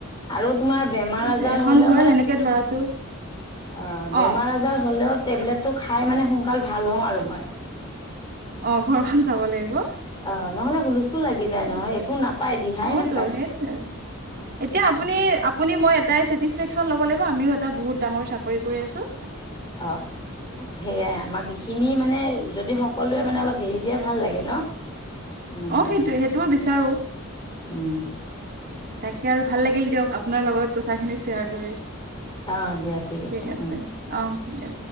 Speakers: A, on the left (about 20°); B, on the right (about 45°).
A: আৰু তোমাৰ বেমাৰ
B: সেইটোয়ে
A: আজাৰ
B: এখন
A: হ'লেও
B: ঘৰ
A: মানে
B: সেনেকে
A: আ
B: ধৰাতো
A: বেমাৰ
B: অ
A: আদাৰ হ'লেও টেবলেট টো খাই মানে সোনকাল ভাল হৈ লওঁ আৰু মই।
B: অ ঘৰ খন চাব লাগিব।
A: অ নহ'লে হু স্থুল লাগি যায়
B: সেইটোৱে
A: নহয় একো নাপায় দিহাই
B: অ
A: নাপায়।
B: তো সেইটোৱে আৰু এতিয়া আপুনি
A: তাকে
B: আপুনি মই এটাই ছেটিছফেকশ্যন ল'ব লাগিব আমিও এটা বহুত ডাঙৰ চাকৰি কৰি আছোঁ।
A: অ' সেইয়াই আমাক এইখিনি মানে যদি সকলোৱে মানে অলপ হেৰি এতিয়া ভাল লাগে ন। উম,
B: অ সেইটোয়ে
A: উম,
B: সেইটো মই বিচাৰোঁ।
A: উম,
B: তাকে ভাল লাগিল দিয়ক আপোনাৰ লগত কথাখিনি শ্বেয়াৰ কৰি।
A: অ' দিয়া
B: ঠিক
A: উম,
B: আছে
A: উম।
B: অ দিয়া।